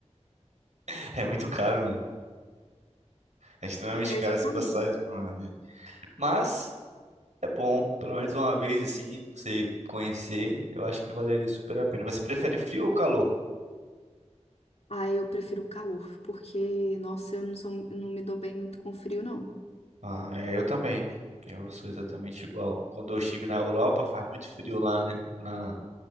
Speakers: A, on the right (about 75°); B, on the left (about 60°).
A: <laughs> É muito caro, né? É extremamente
B: É,
A: caro
B: exatamente.
A: as passagens pro Nordeste. Mas. É bom, pelo menos uma vez assim, você conhecer, eu acho que valeria super a pena. Você prefere frio ou calor?
B: Ah, eu prefiro o calor, porque, nossa, eu não sou, eu não me dou bem muito com frio, não.
A: Ah, é, eu também. Eu sou exatamente igual. Quando eu estive na Europa, faz muito frio lá, né? Na...